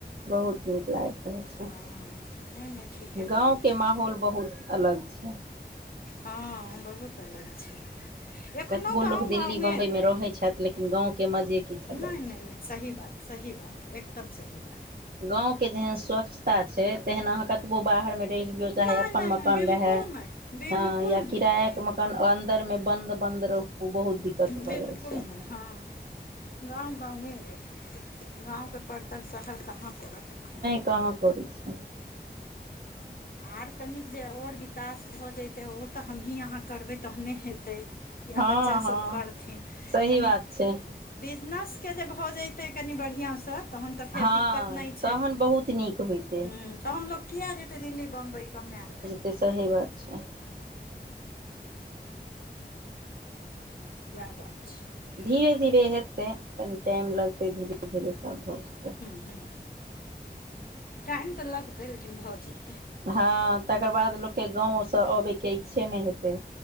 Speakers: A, on the right (about 55°); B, on the left (about 55°).
A: बहुत नीक लागैत रहैत छै।
B: हँ नहि नहि ठीके
A: गाँव
B: करै
A: केँ
B: छी
A: माहौल बहुत अलग छै।
B: हँ बहुत अलग छै एखन। एखनो
A: कतबो लोक
B: गाँव गाँवे
A: दिल्ली बम्बइमे
B: अइ
A: रहै छथि लेकिन गाँवके मजे किछु
B: <inaudible>
A: अलग
B: नै
A: छै
B: नै नै सही बात सही बात एकदम सही बात।
A: गाँव केँ जेहेन स्वच्छता छै तेहन अहाँ कतबो बाहर में नै लियो
B: नहि
A: चाहे अपन
B: नहि
A: मकान
B: नहि बिल्कुल
A: रहे
B: नहि बिल्कुल
A: हँ या
B: नहि
A: किराया केँ मकान अ अन्दर मे बन्द -बन्द रहू ओ बहुत दिक्कत
B: बिल्कुल
A: भऽ जाइ छै।
B: नहि हँ गाँव गाँवेेये। गाँव के परतर शहर कहाँ करत एखनो
A: काहै करै छी
B: आर कनिक जे और विकास भऽ जइतै ओ तऽ हमही अहाँ करबै तहने हेतै। एहा
A: हँ
B: बच्चा सभ
A: हँ
B: करथिन
A: सही
B: कनि
A: बात छै
B: बिजनस के जे भऽ जेतै कनि बढ़िआँ सँ तहन त फेर
A: हँ
B: दिक्कत नै छै
A: तहन बहुत नीक होइतै
B: तहन लोक किया जते दिल्ली बम्बई कमा ल
A: तऽ सही बात छै
B: वएह बात छै
A: धीरे धीरे हेतै कनि टाइम लगतै धीरे धीरे सभ भऽ जेतै
B: हु टाइम तऽ लगतै लेकिन भऽ जेतै
A: हँ तकर बाद लोक के गाँव सँ अबय के इच्छे नय हेतै